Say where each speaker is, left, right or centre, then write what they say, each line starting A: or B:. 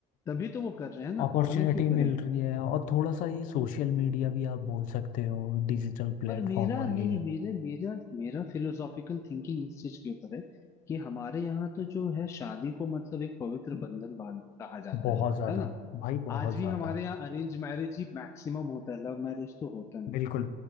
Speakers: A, on the left; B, on the left.
A: तभी तो वो कर रहे हैं ना
B: अपॉर्चुनिटी
A: वरना क्यों करेंगे
B: मिल रही है और थोड़ा सा ये सोशल मीडिया भी आप बोल सकते हो डिजिटल प्लेटफॉर्म
A: पर मेरा
B: और
A: नहीं
B: ये
A: मेरे मेरा मेरा फिलोसॉफिकल थिंकिंग इस चीज के ऊपर है कि हमारे यहाँ तो जो है शादी को मतलब एक पवित्र बंधन बांध कहा जाता
B: बहुत
A: है
B: ज़्यादा
A: है ना
B: भाई बहुत
A: आज भी
B: ज़्यादा
A: हमारे यहाँ अरेंज मैरिज ही मैक्सिमम होता है लव मैरिज तो होता नहीं
B: बिल्कुल